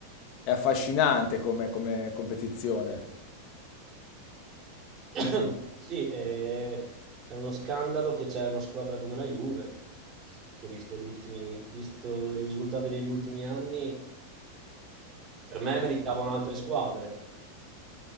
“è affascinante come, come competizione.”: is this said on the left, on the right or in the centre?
Left